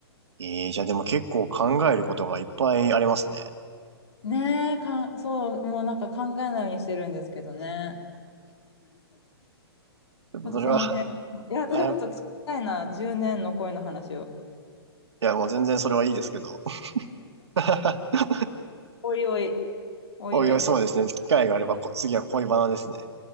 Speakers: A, on the right; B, on the left.
A: ええじゃあでも結構考えることがいっぱいありますね。
B: ねえ、かん、そう、もうなんか考えないようにしてるんですけどね。
A: ちょっとそれは、
B: ちょっとその辺、いや、私もちょっと聞きたいな、
A: はい。
B: 10年の恋の話を。
A: いや、もう全然それはいいですけど。<laughs>
B: おいおい、おいおいで。
A: おいおい、そうですね。機会があれば、こ次は恋バナですね。